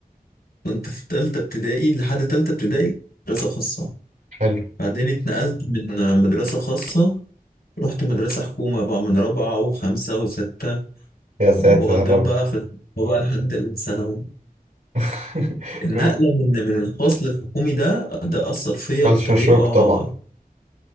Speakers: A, on the left; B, on the right.
A: كنت في تالتة ابتدائي لحد تالتة ابتدائي مدرسة خاصة
B: حلو
A: بعدين اتنقلت من مدرسة خاصة رحت مدرسة حكومة بقى من رابعة وخمسة وستة
B: يا ساتر
A: وقضيت
B: يا رب
A: بقى في الحكومة بقى لحد الثانوي
B: <laughs>
A: النقلة من من الخاص للحكومي ده ده أثر فيا
B: كلشر
A: بطريقة
B: شوك طبعا